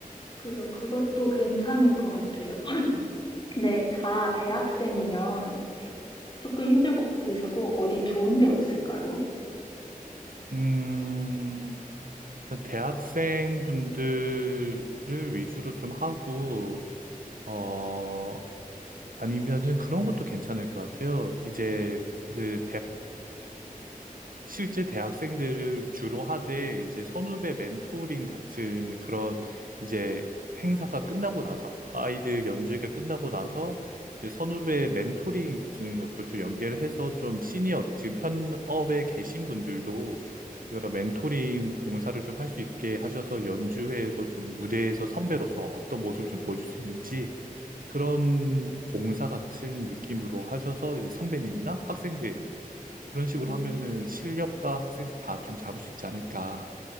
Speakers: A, on the left; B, on the right.
A: 그죠. 그것도 괜찮을 것 같아요. <laughs> <clears throat> 네, 다 대학생이면 조금 힘들 것 같아서 또 어디 좋은 데 없을까요?
B: 음, 대학생 분들을 위주로 좀 하고, 어, 아니면은 그런 것도 괜찮을 것 같아요. 이제 그 실제 대학생들을 주로 하되 이제 선후배 멘토링 같은 그런 이제 행사가 끝나고 나서 아이들 연주회가 끝나고 나서 이제 선후배 멘토링 같은 것도 좀 연계를 해서 좀 시니어 지금 현업에 계신 분들도 그런 멘토링 봉사를 좀 할 수 있게 하셔서 연주회에서 좀 무대에서 선배로서 어떤 모습을 좀 보여줄 수 있는지 그런 봉사 같은 느낌으로 하셔서 이제 선배님이나 학생들 그런 식으로
A: 음.
B: 하면은 실력과 학생 다 좀 잡을 수 있지 않을까.